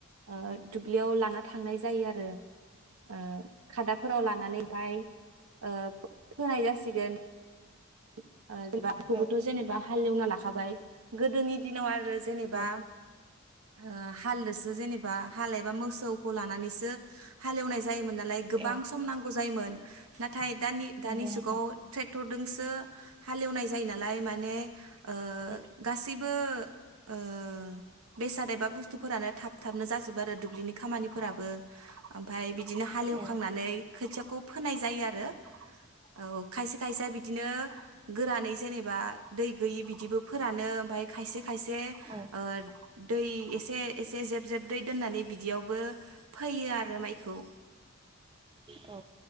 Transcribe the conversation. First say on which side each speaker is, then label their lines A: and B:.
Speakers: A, on the right; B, on the right.
A: ओ दुब्लियाव लाना थांनाय जायो आरो ओ खादाफोराव लानानै आमफाय ओ फोनाय जासिगोन ओ
B: औ
A: <unintelligible> जेनेबा हालेवना लाखाबाय गोदोनि दिनाव आ रो जेनेबा
B: औ
A: ओ हालदोसो जेनेबा हाल एबा मोसौखौ लानानैसो हालेवनाय जायोमोन नालाय गोबां
B: औ
A: सम नांगौ जायोमोन। ना थाय दानि दानि
B: नंगौ
A: जुगाव
B: नोंथां
A: ट्रेक्टर दोंसो हालेवनाय जायो नालाय माने ओ
B: औ
A: गासैबो ओ बेसाद एबा बुस्थुफोरानो थाब थाबनो जाजोबो आरो दुब्लिनि खामानिफोराबो ओमफ्राय बि बिदिनो हालेवखांनानै
B: औ
A: खोथियाखौ फोनाय जायो आरो
B: औ
A: औ खायसे खायसे बिदिनो गोरानै जेनेबा दै गैयि बिदिबो फोरानो ओमफाय खायसे खायसे
B: औ
A: ओ दै एसे एसे जेब जेब दै दोननानै बिदियावबो फैयो आरो माइखौ
B: औ